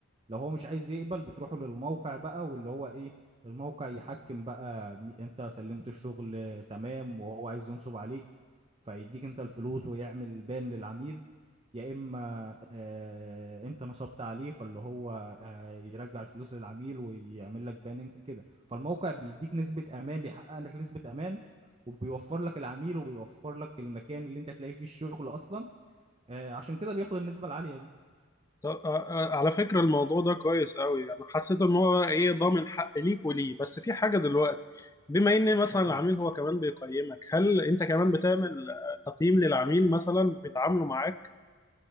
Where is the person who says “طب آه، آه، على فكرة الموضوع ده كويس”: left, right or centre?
Left